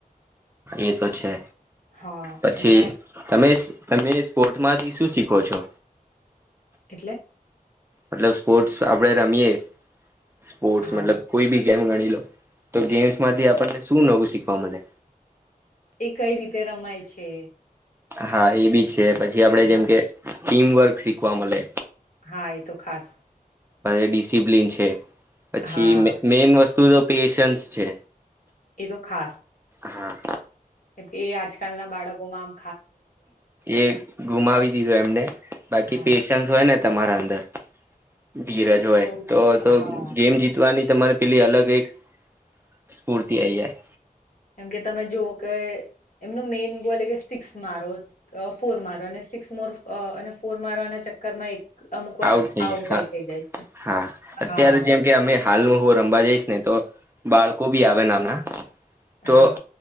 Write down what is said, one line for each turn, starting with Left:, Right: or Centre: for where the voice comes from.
Right: એ તો છે
Left: હા
Right: પછી
Left: અને
Right: તમે તમે સ્પોર્ટમાંથી શું શીખો છો
Left: એટલે
Right: મતલબ સ્પોર્ટસ આપડે રમીએ સ્પોર્ટ્સ
Left: હા
Right: મતલબ કોઈ બી ગણી લો તો ગેમ્સ માંથી આપણને શું નવું શીખવા મળે
Left: એ કઈ રીતે રમાય છે
Right: હા એ બી છે પછી આપડે
Left: હા
Right: જેમ કે ટીમવર્ક શીખવા મળે
Left: હા એ તો ખાસ
Right: ડિસિપ્લિન છે પછી
Left: હા
Right: મેન વસ્તુ તો પેશન્સ છે
Left: એ તો ખાસ
Right: હા
Left: એલે એ આજકાલના બાળકોમાંમ
Right: એ ગુમાવી દીધો એમને બાકી
Left: હા
Right: પેશન્સ હોય ને તમારા અંદર ધીરજ હોય
Left: તો
Right: તો
Left: હા
Right: ગેમ જીતવાની તમારી પેલી અલગ એક સ્ફૂર્તિ આ જાય
Left: એમ કે તમે જોુવ કે એમનું મેઈન ગોલ એ કે સિક્સ મારો ફોર મારો સિક્સ મોર અને ફોર મારવાના ચક્કર માં એક અમુક વાર
Right: આઉટ થઈ
Left: આઉટઇ
Right: જાય હા
Left: થઇ જાય છે.
Right: હા અત્યારે
Left: હા.
Right: જેમ કે અમે હાલનું હું રમવા જઈશ ને તો બાળ બી આવે નાના તો
Left: હા,